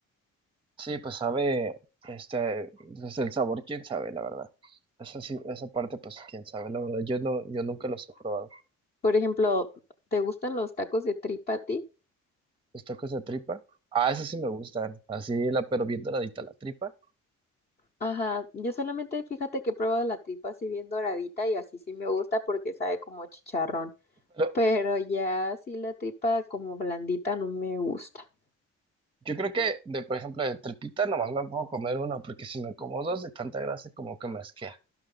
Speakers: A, on the right; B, on the left.
A: Sí, pues sabe, este, pues, el sabor, quién sabe, la verdad. Esa sí, esa parte, pues, quién sabe, la verdad. Yo no, yo nunca los he probado.
B: Por ejemplo, ¿te gustan los tacos de tripa a ti?
A: Los tacos de tripa, ah, esos sí me gustan, así, la, pero bien doradita la tripa.
B: Ajá, yo solamente fíjate que he probado la tripa así bien doradita y así sí me gusta porque sabe como chicharrón,
A: Pero
B: pero ya así la tripa como blandita no me gusta.
A: yo creo que, de, por ejemplo, de tripita nomás me puedo comer uno, porque si me como dos de tanta grasa, como que me asquea.